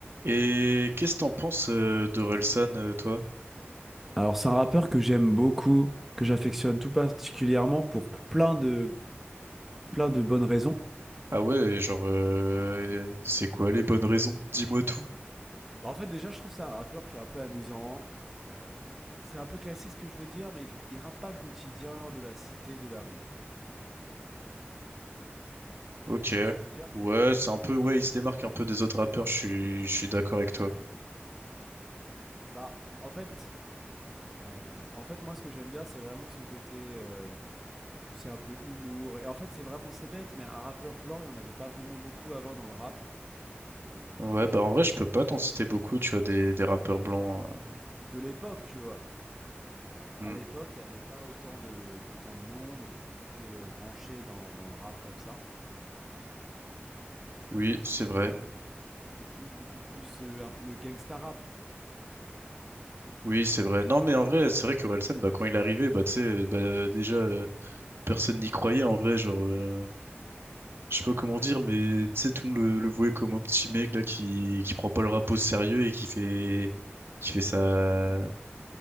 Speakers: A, on the right; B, in the centre.
A: Et qu'est-ce que t'en penses euh, d'Orelsan, euh, toi?
B: Alors, c'est un rappeur que j'aime beaucoup, que j'affectionne tout particulièrement pour plein de, plein de bonnes raisons.
A: Ah ouais, genre, euh, c'est quoi les bonnes raisons? Dis-moi tout.
B: Bah, en fait, déjà, je trouve que c'est un rappeur qui est un peu amusant. Euh, c'est un peu classique ce que je vais dire, mais il, cr- il rappe pas le quotidien de la cité, de la rue, tu vois.
A: Ok.
B: Tu vois ce que je veux dire?
A: Ouais, c'est un peu, ouais, il se démarque un peu des autres rappeurs, je suis, je suis d'accord avec toi.
B: Bah, en fait, euh, en fait, moi, ce que j'aime bien, c'est vraiment son côté, euh, tu sais, un peu humour. Et en fait, c'est vraiment, c'est bête, mais un rappeur blanc, il y en avait pas vraiment beaucoup avant dans le rap. Et euh,
A: Ouais, bah en vrai, je peux pas t'en citer beaucoup, tu vois, des, des rappeurs blancs. hein.
B: de l'époque, tu vois. Euh,
A: Hmm.
B: à l'époque, il n'y avait pas autant de, autant de monde qui était euh, branché dans, dans le rap comme ça. C'était
A: Oui,
B: beaucoup
A: c'est
B: plus,
A: vrai.
B: c'était plus, beaucoup plus euh, un peu le gangsta rap.
A: Oui, c'est vrai. Non, mais en vrai, c'est vrai qu'Orelsan, bah, quand il est arrivé, bah, tu sais, euh, bah, déjà, euh, personne n'y croyait en vrai. Genre, euh, je sais pas comment
B: Ouais,
A: dire,
B: c-
A: mais tu sais, tout le monde le, le voyait comme un petit mec là qui, qui prend pas le rap au sérieux et qui fait, qui fait sa,